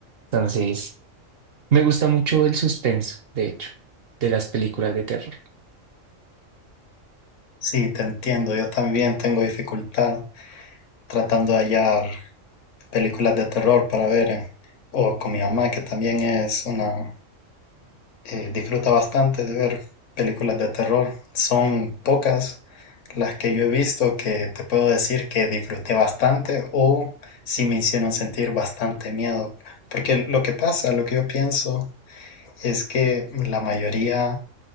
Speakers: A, on the right; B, on the left.
A: Entonces, me gusta mucho el suspenso, de hecho, de las películas de terror.
B: Sí, te entiendo. Yo también tengo dificultad tratando de hallar películas de terror para ver, eh, o con mi mamá, que también es una, eh, disfruta bastante de ver películas de terror. Son pocas las que yo he visto que te puedo decir que disfruté bastante o sí me hicieron sentir bastante miedo. Porque lo que pasa, lo que yo pienso es que la mayoría